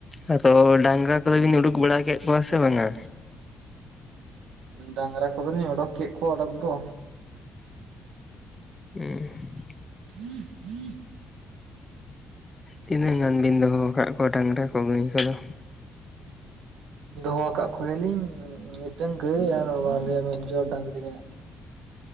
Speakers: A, on the left; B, on the right.
A: ᱟᱫᱚ ᱰᱟᱝᱨᱟ ᱠᱚᱫᱚ ᱵᱤᱱ ᱩᱰᱩᱠ ᱵᱟᱲᱟ ᱠᱮᱫ ᱠᱚᱣᱟ ᱥᱮ ᱵᱟᱝ-ᱟ
B: ᱰᱟᱝᱨᱟ ᱠᱚᱫᱚᱞᱤᱧ ᱚᱰᱚᱠ ᱠᱮᱫ ᱠᱚᱣᱟ ᱚᱰᱚᱠ ᱫᱚ
A: ᱦᱩᱸ
B: <inaudible>
A: ᱛᱤᱱᱟᱹᱜ ᱜᱟᱱ ᱵᱤᱱ ᱫᱚᱦᱚ ᱟᱠᱟᱫ ᱠᱚᱣᱟ ᱰᱟᱝᱨᱟ ᱠᱚ ᱜᱟᱹᱭ ᱠᱚᱫᱚ
B: ᱫᱚᱦᱚ ᱟᱠᱟᱫ ᱠᱚᱜᱮᱭᱟᱞᱤᱧ ᱢᱤᱫᱴᱟᱝ ᱜᱟᱹᱭ ᱟᱨ ᱢᱤᱫ ᱡᱚᱲ ᱰᱟᱝᱨᱤ ᱢᱮᱱᱟᱜ ᱠᱤᱱᱟ